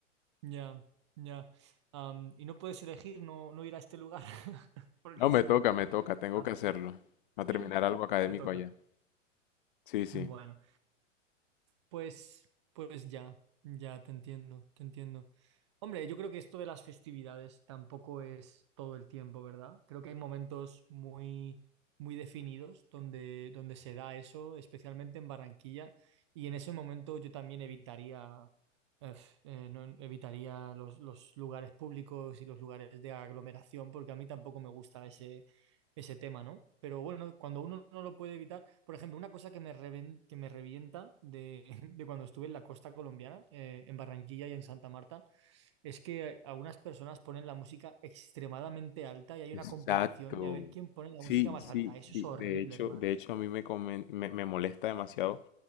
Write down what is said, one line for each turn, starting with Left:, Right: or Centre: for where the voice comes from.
Right: Ya, ya. Am, y no puedes elegir no, no ir a este lugar, <laughs> porque
Left: No, me
Right: sí.
Left: toca, me toca, tengo
Right: Ah,
Left: que hacerlo.
Right: sí,
Left: Va a terminar algo académico
Right: te toca.
Left: allá. Sí, sí.
Right: Bueno. Pues, pues ya, ya te entiendo, te entiendo. Hombre, yo creo que esto de las festividades tampoco es todo el tiempo, ¿verdad? Creo que hay momentos muy, muy definidos donde, donde se da eso, especialmente en Barranquilla, y en ese momento yo también evitaría, ef, eh, no- evitaría los, los lugares públicos y los lugares de aglomeración, porque a mí tampoco me gusta ese tema, ¿no? Pero bueno, cuando uno no lo puede evitar, por ejemplo, una cosa que me, reven- que me revienta de, <laughs> de cuando estuve en la costa colombiana, eh, en Barranquilla y en Santa Marta, es que algunas personas ponen la música extremadamente alta y hay
Left: Exacto.
Right: una competición de a ver quién pone la
Left: Sí,
Right: música más
Left: sí,
Right: alta. Eso
Left: sí.
Right: es horrible,
Left: De hecho,
Right: hermano.
Left: de hecho a mí me, comen- me, me molesta demasiado